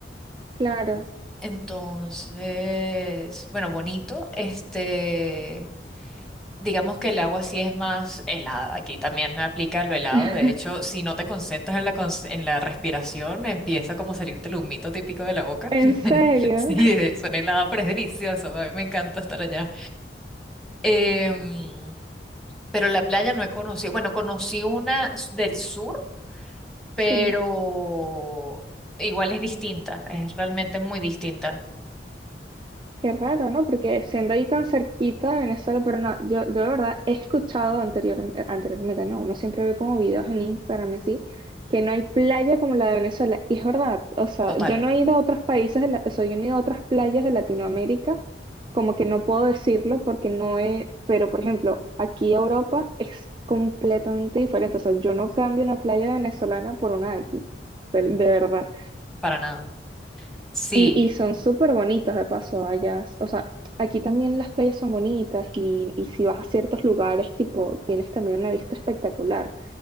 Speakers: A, on the right; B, in the centre.
A: claro.
B: Entonces, bueno, bonito, este, Digamos que el agua sí es más helada. Aquí también no aplica lo helado.
A: <laughs>
B: De hecho, si no te concentras en la, cons- en la respiración, empieza como a salirte el humito típico de la boca.
A: ¿En
B: <laughs>
A: serio?
B: Sí, eh, suena helada, pero es delicioso. A mí me encanta estar allá. Em, pero la playa no he conocido. Bueno, conocí una s- del sur, pero
A: Sí,
B: igual es distinta. Es realmente muy distinta.
A: qué raro, ¿no? Porque siendo ahí tan cerquita de Venezuela, pero no, yo de verdad he escuchado anterior, anteriormente, ¿no? Uno siempre ve como videos en Instagram y así, que no hay playa como la de Venezuela. Y es verdad, o sea,
B: Total.
A: yo no he ido a otros países, de la- o sea, yo no he ido a otras playas de Latinoamérica como que no puedo decirlo porque no es, pero por ejemplo, aquí Europa es completamente diferente. O sea, yo no cambio una playa venezolana por una de aquí, de,
B: mm,
A: de verdad.
B: Para nada. Sí,
A: Y, y son súper bonitas de paso allá. O sea, aquí también las playas son bonitas y, y si vas a ciertos lugares, tipo, tienes también una vista espectacular.